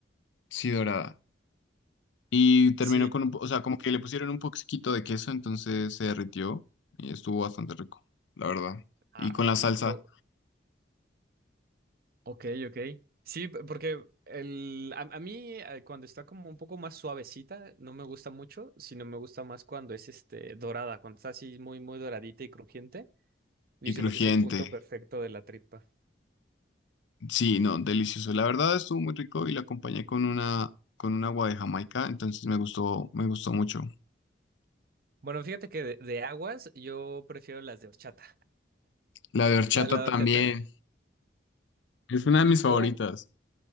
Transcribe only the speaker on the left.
sí, dorada. Y terminó
con un, po- o sea, como que le pusieron un poquito de queso, entonces se derritió y estuvo bastante rico, la verdad.
Y con la salsa
y
crujiente.
Sí, no, delicioso. La verdad estuvo muy rico y la acompañé con una con un agua de Jamaica, entonces me gustó, me gustó mucho.
La de horchata
también.
Es una de mis favoritas.